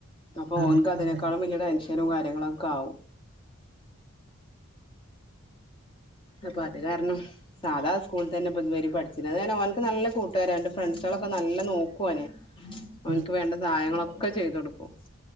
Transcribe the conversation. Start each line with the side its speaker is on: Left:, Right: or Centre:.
Left: അപ്പൊ
Right: ആഹ്
Left: ഓനക്ക് അതിനേക്കാളും
Right: ആഹ്
Left: വലിയ ടെൻഷനും കാര്യങ്ങളുംക്കെ ആവും. അപ്പൊ അത് കാരണം സാധാ സ്കൂളൾ തന്നെത് രി പഠിച്ചിനി അതുകാരണം ഓനക്ക് നല്ല കൂട്ടുകാര അവൻന്റെ ഫ്രണ്ട്സുകളൊക്കെ നല്ല നോക്കു ഓനെ അവനിക്ക്
Right: ഉം
Left: വേണ്ട സഹായങ്ങളൊക്കെ ചെയ്തു കൊടുക്കും.